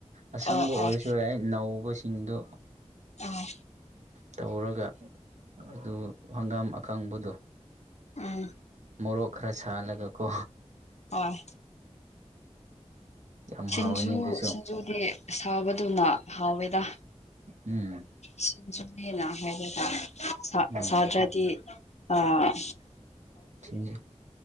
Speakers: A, on the right; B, on the left.
A: ꯑꯁꯪꯕ
B: ꯑꯣ
A: ꯑꯣꯏꯔꯁꯨ
B: ꯑꯣ
A: ꯌꯥꯏ ꯅꯧꯕꯁꯤꯡꯗꯨ
B: ꯑ
A: ꯇꯧꯔꯒ ꯑꯗꯨ ꯍꯪꯒꯥꯝ ꯑꯀꯪꯕꯗꯣ
B: ꯑꯝ
A: ꯃꯣꯔꯣꯛ ꯈꯔ ꯁꯥꯍꯜꯂꯒꯀꯣ
B: ꯑꯥꯏ
A: ꯌꯥꯝ
B: ꯁꯤꯡꯖꯨ
A: ꯍꯥꯎꯋꯤꯅꯦ ꯑꯗꯨꯁꯨ
B: ꯁꯤꯡꯖꯨꯗꯤ ꯁꯥꯕꯗꯨꯅ ꯍꯥꯎꯋꯦꯗ
A: ꯎꯝ
B: ꯁꯤꯡꯖꯨꯅꯦꯅ ꯍꯥꯏꯔꯗ
A: ꯎꯝ
B: ꯁꯥꯇ꯭ꯔꯗꯤ ꯑꯥ
A: ꯁꯤꯡꯖꯨ